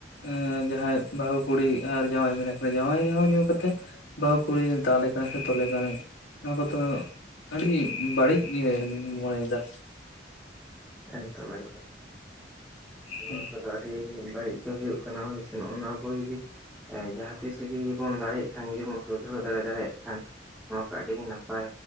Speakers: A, on the left (about 80°); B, in the centre.
A: ᱮ ᱡᱟᱦᱟᱸᱟᱭ ᱵᱟᱹᱦᱩ ᱠᱩᱲᱤ ᱟᱨ ᱡᱟᱶᱟᱭ ᱢᱮᱱᱟᱜ ᱠᱤᱱᱟ, ᱡᱟᱶᱟᱭ ᱦᱚᱸ ᱧᱩ ᱠᱟᱛᱮᱜ ᱵᱟᱹᱦᱩ ᱠᱩᱲᱤ ᱫᱟᱞᱮ ᱠᱟᱱᱟᱭ ᱥᱮ ᱛᱚᱞᱮ ᱠᱟᱱᱟᱭ᱾ ᱱᱚᱣᱟ ᱠᱚᱫᱚ ᱟᱹᱰᱤ ᱵᱟᱹᱲᱤᱡ ᱜᱮ ᱢᱚᱱᱮᱭᱮᱫᱟ,
B: ᱮᱫᱚᱢ, ᱮᱠᱫᱚᱢ ᱱᱭᱟ
A: ᱦᱩᱸ
B: ᱫᱚ, ᱟᱹᱰᱤ ᱵᱟᱹᱲᱤᱡ ᱜᱮ ᱦᱩᱭᱩᱜ ᱠᱟᱱᱟ ᱦᱚᱭ ᱥᱮ, ᱱᱚᱜᱼᱚᱭ ᱚᱱᱟ ᱠᱚ ᱡᱚᱫᱤ ᱮ ᱡᱟᱦᱟᱸ ᱛᱤᱥ ᱡᱩᱫᱤ ᱵᱚᱱ ᱫᱟᱲᱮᱭᱟᱜ ᱠᱷᱟᱱ, ᱡᱩᱫᱤ ᱵᱚᱱ ᱥᱩᱫᱷᱨᱟᱹᱣ ᱫᱟᱲᱮᱭᱟᱜ ᱠᱷᱟᱱ, ᱚᱱᱟ ᱫᱚ ᱟᱹᱰᱤ ᱜᱮ ᱱᱟᱯᱟᱭ